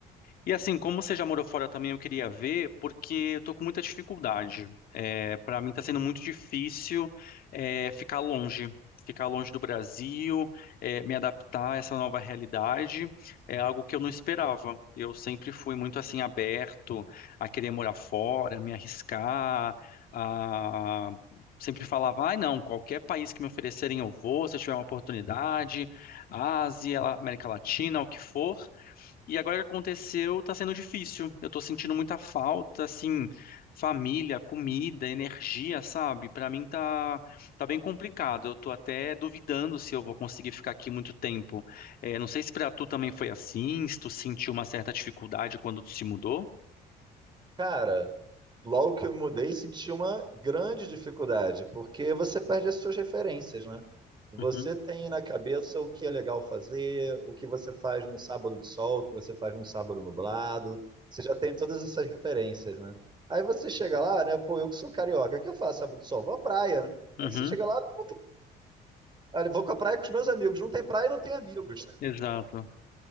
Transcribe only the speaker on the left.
E assim, como você já morou fora também, eu queria ver, porque eu tô com muita dificuldade. É, para mim tá sendo muito difícil é, ficar longe, ficar longe do Brasil, é, me adaptar a essa nova realidade. É algo que eu não esperava. Eu sempre fui muito assim aberto a querer morar fora, me arriscar, a... sempre falava, ai não, qualquer país que me oferecerem eu vou, se eu tiver uma oportunidade, Ásia, América Latina, o que for. E agora que aconteceu, tá sendo difícil. Eu tô sentindo muita falta, assim, família, comida, energia, sabe? Pra mim tá, tá bem complicado. Eu tô até duvidando se eu vou conseguir ficar aqui muito tempo. É, não sei se pra tu também foi assim, se tu sentiu uma certa dificuldade quando tu se mudou.
Uhum,
uhum,
exato,